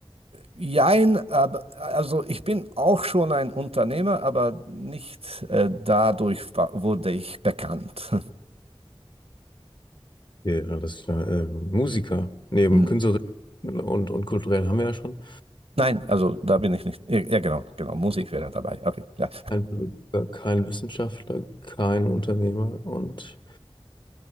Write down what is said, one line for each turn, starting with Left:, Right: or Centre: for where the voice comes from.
Right: jein, aber, also ich bin auch schon ein Unternehmer, aber nicht äh, dadurch wa- wurde ich bekannt.
Left: Okay, alles klar. Ähm, Musiker, neben
Right: <laughs>
Left: Künstlerin und, und kulturell haben wir ja schon.
Right: Nein, also da bin ich nicht. Ja, ja, genau, genau. Musik wäre dabei. Okay, klar.
Left: Kein Politiker, kein Wissenschaftler, kein Unternehmer und